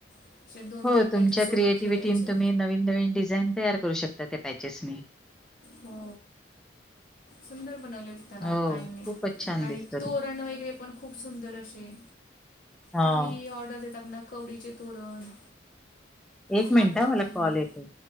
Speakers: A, on the left (about 45°); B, in the centre.
A: असे दोन
B: हो
A: तीन पॅचेस
B: तुमच्या
A: सोबत
B: क्रिएटिव्हिटीनं
A: ठेवायचे
B: तुम्ही नवीन नवीन डिझाइन तयार करू शकता. त्या पॅचेस मी.
A: हो सुंदर बनवले त्याला
B: हो.
A: ताईंनी.
B: खूपच छान
A: आणि
B: दिसतं
A: तोरण
B: ते.
A: वगैरे पण खूप सुंदर असे
B: हां.
A: काही ऑर्डर देतात ना कवडीचे तोरण,
B: एक
A: लागतात
B: मिनिट हा मला
A: काहींना
B: कॉल येतोय.